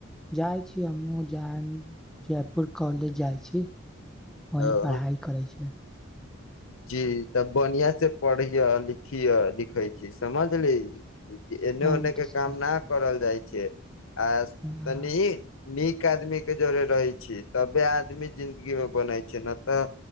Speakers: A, in the centre; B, on the left (about 75°).
A: जाइ छी हमहूँ जायब जयपुर कॉलेज जाइत छी वही
B: हम
A: पढ़ाइ करै छियै
B: जी तब बढ़ियाँ से पढ़िय लिखिय लिखै छी समझली एन्ने
A: हम
B: ओने के
A: तऽ
B: कामना
A: समझली
B: करल जाइ छै आ
A: <inaudible>
B: तनी नीक आदमी के जरे रहै छीयै तबे आदमी जिंन्दगी मे बनै छै नहि तऽ